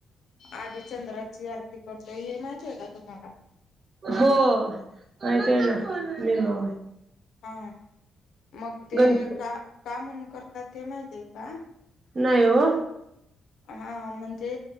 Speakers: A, on the left; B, on the right.
A: आधी चंद्रत चीआरती करतोय हे माहतीय का तुम्हाला?
B: हो माहित आहे ना, <unintelligible> मी मवाय.
A: हा मग ते
B: गणप
A: का का म्हणून करतात ते माहितीय का.
B: नाही हो.
A: हा म्हणजे